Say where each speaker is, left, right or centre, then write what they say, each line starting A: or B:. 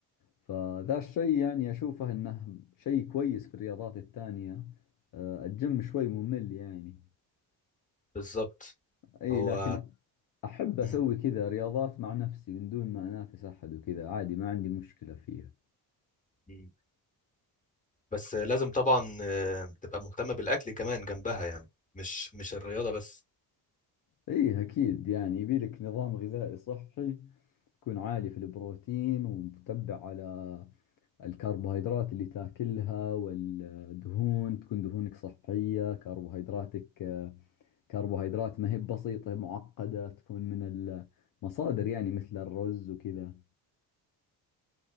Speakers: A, on the left (about 45°); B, on the left (about 15°).
A: فذا الشيء يعني أشوفه أنه شيء كويس في الرياضات الثانية آه، الجيم شوي ممل يعني
B: بالظبط
A: أي
B: هو
A: لكن أحب أسوي
B: مم.
A: كذا رياضات مع نفسي من دون ما أنافس أحد وكذا عادي ما عندي مشكلة فيها
B: مم. بس لازم طبعا آه، تبقى مهتمة بالأكل كمان جنبها يعني مش مش الرياضة بس
A: إيه أكيد يعني يبيلك نظام غذائي صحي تكون عالي في البروتين ومتبع على الكربوهيدرات اللي تاكلها والدهون تكون دهونك صحية كربوهيدراتك كربوهيدرات ما هي بسيطة معقدة تكون من المصادر يعني مثل الرز وكذا